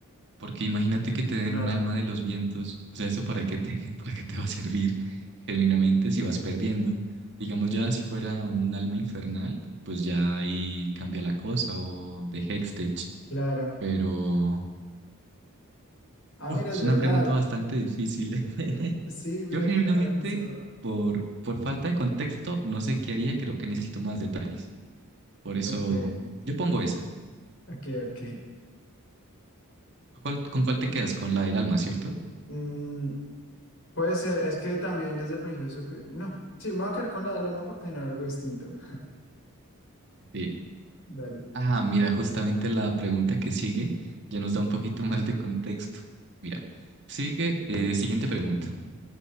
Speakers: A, on the right; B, on the left.
A: porque imagínate que te den
B: Claro,
A: un alma de los vientos, o sea, ¿eso para qué te, <laughs> para qué te va a servir genuinamente si vas perdiendo? Digamos ya si fuera un alma infernal, pues ya ahí cambia la cosa, o de Hextech,
B: claro.
A: pero...
B: Ah,
A: Uf,
B: mira,
A: es
B: es verdad.
A: una pregunta bastante difícil. <laughs>
B: Sí, mira
A: Yo genuinamente,
B: que no lo había pensado.
A: por, por falta de contexto, no sé qué haría, creo que necesito más detalles. Por eso
B: Ok,
A: yo pongo esa.
B: ok, ok.
A: ¿Con cuál con cuál te quedas? Con la del alma, ¿cierto?
B: Mm, puede ser, es que también desde el principio supe- No, sí, me voy a quedar con la del alma por tener algo distinto.
A: Sí.
B: Dale.
A: Ah, mira, justamente la pregunta que sigue ya nos da un poquito <laughs> más de contexto. Mira, sigue, eh, siguiente pregunta,